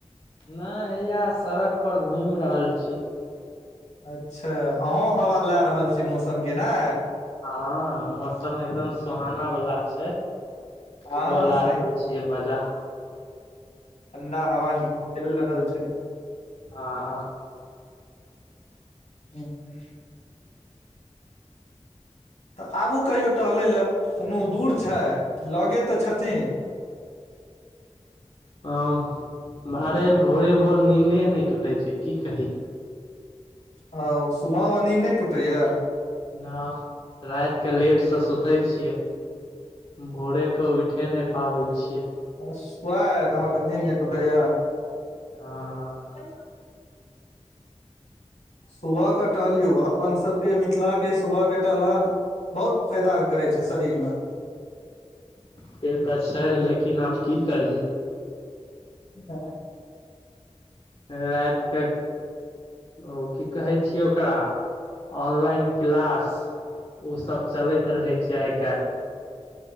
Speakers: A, on the left (about 50°); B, on the left (about 85°).
A: नै हैया सड़क पर घुम रहल छी।
B: अच्छा अहों हवा लाए रहल छी मौसम के नै।
A: हां मौसम एकदम सुहाना वला छै,
B: हँ
A: उहो ला
B: सही
A: रहल छिये मजा।
B: ठंडा हवा नि चैल रहल छै।
A: हां।
B: <inaudible> ऊंह। तऽ आबु कहियो टहलै लए कुनू दूर छै लगे तऽ छथिन।
A: ह मारे भोरे- भोर नींन्दे नहि टूटे छै की कही।
B: हंऽ सुबह में नींद नइ टूटैया।
A: ना राइत के लेट से सुते छियै, भोरे कऽ उठ ठे नइ पाबै छियै।
B: ओ सुवाइत अहाँके नीन्द नइ टूटैया।
A: हंऽ।
B: <unintelligible> सुबहक टहलियौ, अपन सभके मिथिलाके सुबहके टहलब बहुत फायदा करे छै, शरीर में।
A: से तऽ छै, लेकिन आब की करिये।
B: <unintelligible>
A: राइत के ओ की कहै छियै ओकरा, ऑनलाइन क्लास। उ सब चलैत रहै छै, आइ काल्हि।